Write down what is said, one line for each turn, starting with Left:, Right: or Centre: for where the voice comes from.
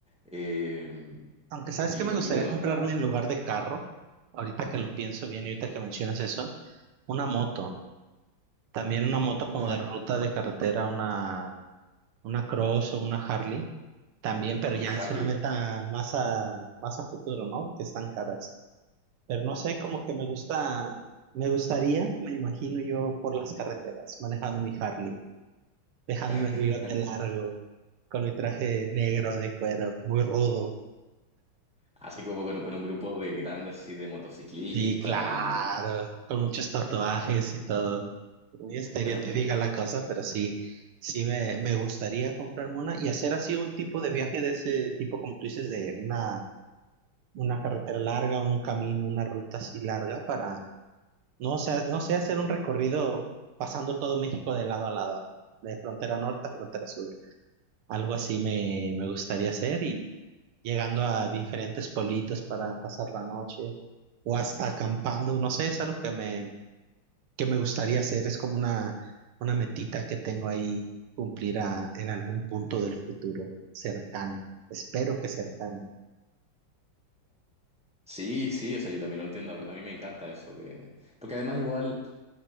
Centre: Eh,
Right: Aunque sabes
Centre: y,
Right: que me gustaría
Centre: y bueno,
Right: comprarme
Centre: o sea,
Right: en lugar de carro, ahorita que lo pienso bien y ahorita que mencionas eso, una moto. También una moto como
Centre: ah,
Right: de ruta de carretera, una una Cross o una Harley también, pero
Centre: una
Right: ya es
Centre: Harley.
Right: una meta más a, más a futuro, ¿no? Que están caras. Pero no sé, como que me gusta, me gustaría, me imagino yo por las carreteras, manejando mi Harley, dejándome
Centre: <laughs>
Right: el bigote largo, con mi traje negro de cuero, muy rudo.
Centre: Así como con, un- con un grupo de grandes así de motociclistas
Right: Sí, claro,
Centre: y...
Right: con muchos tatuajes y todo. Muy estereotípica
Centre: <laughs>
Right: la cosa, pero sí, sí me, me gustaría comprarme una y hacer así un tipo de viaje de ese tipo, como tú dices, de una una carretera larga, un camino, una ruta así larga para, no sé, no sé, hacer un recorrido pasando todo México de lado a lado, de frontera norte a frontera sur. Algo así me, me gustaría hacer y llegando a diferentes pueblitos para pasar la noche o hasta acampando, no sé, es algo que me, que me gustaría hacer, es como una, una metita que tengo ahí cumplir a- en algún punto del futuro cercano, espero que cercano.
Centre: Sí, sí, o sea, yo también lo entiendo. A mí a mí me encanta eso. de- Porque además igual